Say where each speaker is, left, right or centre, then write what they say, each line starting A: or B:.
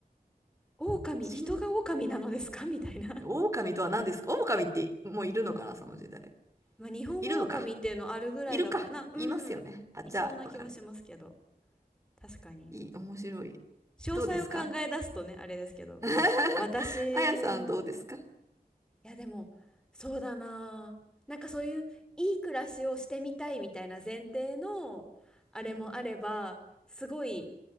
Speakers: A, in the centre; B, on the right.
A: 狼、
B: 人、
A: 人が狼なのですかみたいな。
B: 狼とは何ですか。狼ってもういるのかな、その時代。
A: まあ、日本狼っていうのあるぐらいだからな、
B: いるのか。いるか。
A: うん、
B: いますよね。あ、
A: いそうな気はしますけど。
B: じゃあ、わかる。
A: 確かに。
B: いい、面白い。
A: 詳細を考え出すとね、
B: どうですか
A: あれですけど。
B: <laughs>
A: 私も、
B: あやさん、どうですか
A: いやでもそうだなあなんかそういういい暮らしをしてみたいみたいな前提のあれもあればすごい
B: うん